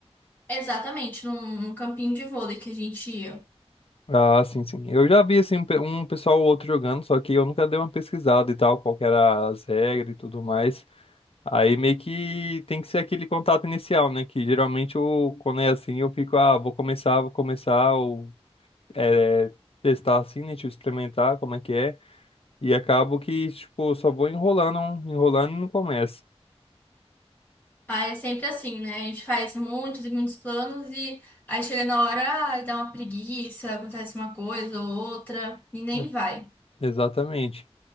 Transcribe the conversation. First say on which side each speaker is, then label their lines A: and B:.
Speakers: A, on the left; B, on the left.
A: Exatamente, num, num campinho de vôlei que a gente ia.
B: Ah, sim, sim. Eu já vi assim um pe- um pessoal ou outro jogando, só que eu nunca dei uma pesquisada e tal, qual que era as regras e tudo mais. Aí meio que tem que ser aquele contato inicial, né? Que geralmente eu, quando é assim, eu fico, ah, vou começar, vou começar, ou é, testar assim, né? Tipo, experimentar como é que é. E acabo que, tipo, só vou enrolando, enrolando e não começo.
A: Ah, é sempre assim, né? A gente faz muitos e muitos planos e aí chega na hora ai, dá uma preguiça, acontece uma coisa ou outra e nem
B: né?
A: vai.
B: Exatamente.